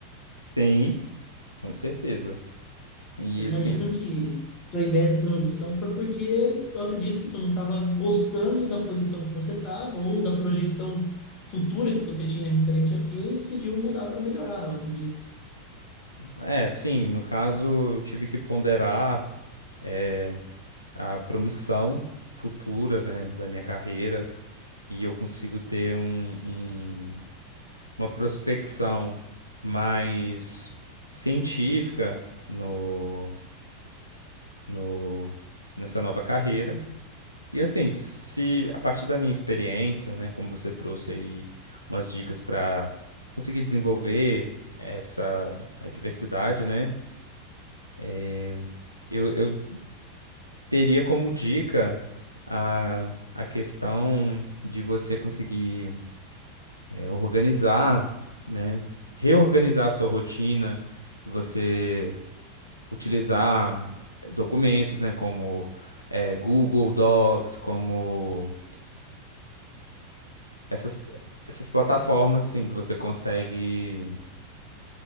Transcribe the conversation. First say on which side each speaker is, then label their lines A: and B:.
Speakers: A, on the left; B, on the left.
A: Sim, com certeza. E
B: Eu
A: assim,
B: imagino que tua ideia de transição foi porque eu acredito que tu não estava gostando da posição que você estava, ou da projeção futura que você tinha referente àquilo, e decidiu mudar para melhorar, eu acredito.
A: É, sim, no caso, tive que ponderar é, a promissão futura, né, da minha carreira e eu consigo ter um, um- uma prospecção mais científica no, no, nessa nova carreira. E assim, se a partir da minha experiência, né, como você trouxe aí umas dicas para conseguir desenvolver essa a diversidade, né, eh, eu, eu teria como dica a, a questão de você conseguir é, organizar, né? Reorganizar a sua rotina, você utilizar documentos, né? Como é, Google Docs, como essas, essas plataformas, assim, que você consegue